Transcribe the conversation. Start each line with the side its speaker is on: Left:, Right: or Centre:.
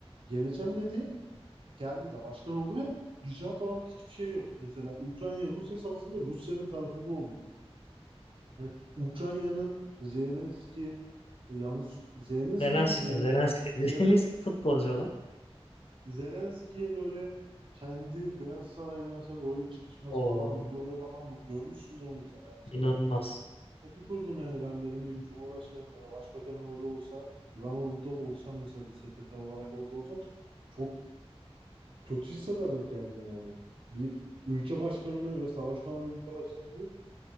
Right: geleceğim dedi geldi de başkan oldu ve icraat olarak hiçbir şey yok. Mesela Ukrayna-Rusya savaşında Rusya'nın tarafında oluyor mesela. Yani Ukrayna'nın Zelenski e, yanlış Zelenski
Left: Zelenski,
Right: mi? Zelen,
Left: Zelenski, <laughs>
Right: Zelen,
Left: Zelenski futbolcu olan.
Right: Zelenski'ye böyle kendi Beyaz Saray'da mesela öyle çıkışması
Left: O
Right: falan videoları falan bu görmüşsündür mutlaka mesela.
Left: inanılmaz.
Right: Pati kurdum yani ben benim bir cumhurbaşkanım ya da başbakanım öyle olsa ben orada olsam mesela bir sekreter olarak orada olsam çok kötü hissederdim kendini yani. Bir ülke başkanını ve savaşta olan bir ülke başkanını